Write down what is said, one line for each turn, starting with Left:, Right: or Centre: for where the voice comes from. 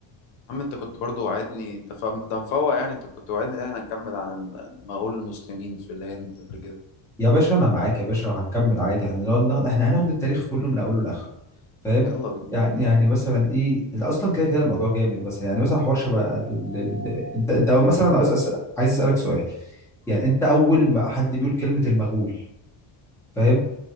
Left: عم انت كنت برضو وعدتني انت فاهم انت مفوق يعني انت كنت وعدتني ان احنا نكمل عن المغول المسلمين في الهند قبل كده
Centre: يا باشا أنا معاك يا باشا وهنكمل عادي هنقعد ناخد احنا هناخد التاريخ كله من أوله لآخره فاهم
Left: يلا بينا
Centre: يعني يعني مثلا إيه اللي أصلا كده كده الموضوع جامد مثلا يعني مثلا حوار شبه ال- ال- ال- أنت أنت أول مثلا عايز أس- عايز أسألك سؤال يعني أنت أول ما حد بيقول كلمة المغول فاهم